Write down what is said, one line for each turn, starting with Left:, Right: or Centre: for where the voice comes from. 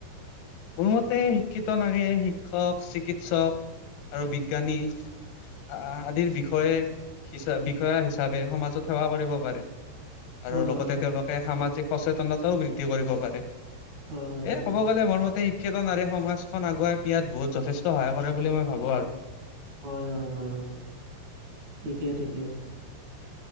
Left: মোৰ মতে শিক্ষিত নাৰীয়ে শিক্ষক, চিকিৎসক আৰু বিজ্ঞানী আহ আদিৰ বিষয়ে হিচা বিষয়া হিচাপে সমাজত সেৱা কৰিব পাৰে। আৰু
Right: হয়
Left: লগতে
Right: হয় হয়
Left: তেওঁলোকে সামাজিক সচেতনতাও বৃদ্ধি কৰিব পাৰে।
Right: হয় হয়
Left: এ
Right: হয়
Left: ক'ব গ'লে মৰ মত তে শিক্ষিত নাৰীয়ে সমাজখন আগুৱাই নিয়াত বহুত যথেষ্ট সহায় কৰে বুলি মই ভাবো আৰু।
Right: হয় হয় হয় হয়। ঠিকে-ঠিকে।